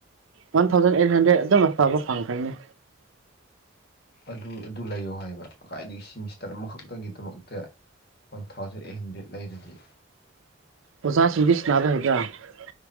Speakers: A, on the right; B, on the left.
A: ꯋꯥꯟ ꯊꯥꯎꯖꯟ ꯑꯩꯠ ꯍꯟꯗ꯭ꯔꯦꯗ ꯑꯗꯨꯝ ꯑꯥꯐꯕ ꯐꯪꯈ꯭ꯔꯅꯤ
B: ꯑꯗꯨ ꯑꯗꯨ ꯂꯩꯌꯣ ꯍꯥꯏꯕ ꯀꯥꯏꯗꯒꯤ ꯁꯤꯦꯃꯤꯁꯇꯔ ꯑꯃꯈꯛꯇꯒꯤꯗꯃꯛꯇ ꯋꯥꯟ ꯊꯥꯎꯖꯟ ꯑꯩꯠ ꯍꯟꯗ꯭ꯔꯦꯗ ꯂꯩꯔꯗꯤ
A: ꯑꯣꯖꯥꯥꯁꯤꯡꯗꯤ ꯁꯥꯟꯅꯥꯕ ꯍꯩꯕ ꯭ꯔ